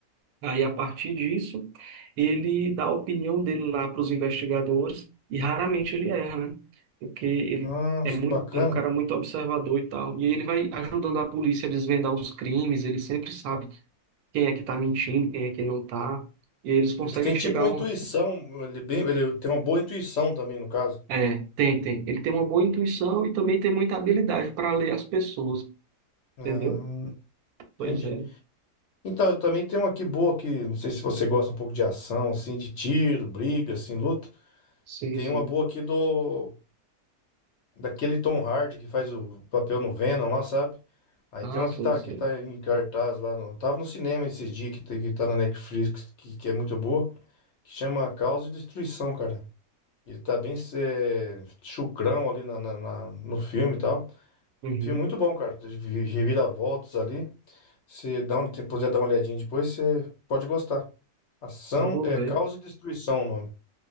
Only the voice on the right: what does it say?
Aí, a partir disso, ele dá a opinião dele lá para os investigadores e raramente ele erra, né? Porque ele
é muito,
é um cara muito observador e tal. E aí ele vai ajudando a polícia a desvendar os crimes, ele sempre sabe quem é que tá mentindo, quem é que não tá. E eles conseguem
chegar
a um.
É, tem, tem. Ele tem uma boa intuição e também tem muita habilidade para ler as pessoas,
entendeu?
Pois é.
Sim,
sim.
Ah,
sim,
sim.
Uhum.
Eu vou
ver.